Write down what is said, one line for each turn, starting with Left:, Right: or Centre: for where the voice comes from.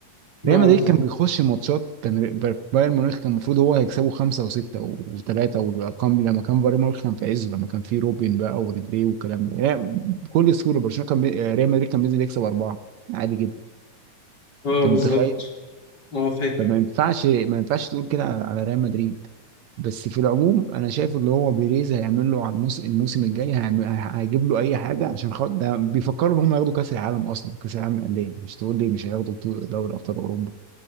Left: اه
Right: ريال مدريد
Left: بالظبط
Right: كان بيخش ماتشات كان ري- بر- بايرن ميونخ كان المفروض هو هيكسبه خمسة وستة وثلاثة والأرقام دي لما كان بايرن ميونخ كان في عزه لما كان في روبن بقى وريبيري والكلام ده يعني بكل سهولة برشلونة كان بي... آه، ريال مدريد كان بينزل يكسب أربعة عادي جدا
Left: اه
Right: أنت
Left: بالظبط
Right: متخيل
Left: اه فاكر
Right: فما ينفعش ما ينفعش تقول كده على على ريال مدريد بس في العموم أنا شايف اللي هو بيريز هيعمل له على الموس... الموسم الجاي هيعمل... هيجيب له أي حاجة عشان خاطر ده بيفكروا إن هم ياخدوا كأس العالم أصلا كأس العالم للأندية مش تقول لي مش هياخدوا بطولة دوري أبطال أوروبا